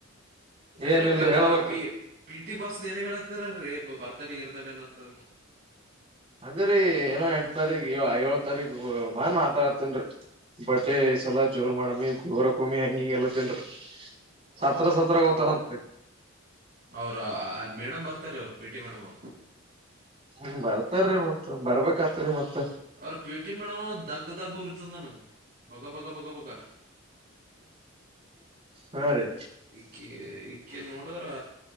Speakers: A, on the right; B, on the right.
A: ಅದೇನೋ
B: ಏನಿಲ್ರಿ
A: ಪಿ
B: ಹೇಳ್ಬೇಕು
A: ಪಿ ಟಿ ಬಸ್. ಏನ್ ಹೇಳತ್ತರಲ್ರಿ ಬರ್ತಾಡ ಗಿರ್ತಾಡೆ ಅನ್ನತ್ತದ.
B: ಅದೇರೀ ಏನೋ <unintelligible> ಏಳ ತಾರೀಕು ಮನ್ ಮಾತಾಡ್ತನ್ರಿ ಬಡ್ಡೇ ಈ ಸಲ ಜೋರ್ ಮಾಡಮ್ ಇಗೋರ್. ಭೂಮಿ ಹಂಗಿಂಗ ಎಲ್ಲ ತಿನ್ರಿ ಸತ್ರ
A: ಅಬೋ
B: ಸತ್ರರ ಹೋಗ್ತಾನಂತ್ರಿ.
A: ಅವ್ರ ಅಲ್ಲಿ ಮೇಡಮ್ ಬರ್ತಾರೆ ಅವ್ರು ಪಿ ಟಿ ಮೇಡಮ್ ಅವ್ರು.
B: ಹ್ಮ್ ಬರ್ತಾರ್ರಿ ಮತ್ತ ಬರ್ಬೇಕಾತರಿ ಮತ್ತ
A: ಅವ್ರ ಪಿಟಿ ಮೇಡಮ್ ದಗ್ಗು ದಗ್ಗು ಉರುತದ್ ನನ್ಗೆ. ಬಗ ಬಗ ಬಗ ಬಗ.
B: ಹಾ ರೀ
A: ಈಕೆ ಈಕ್ಕೆನೋ ಹಾ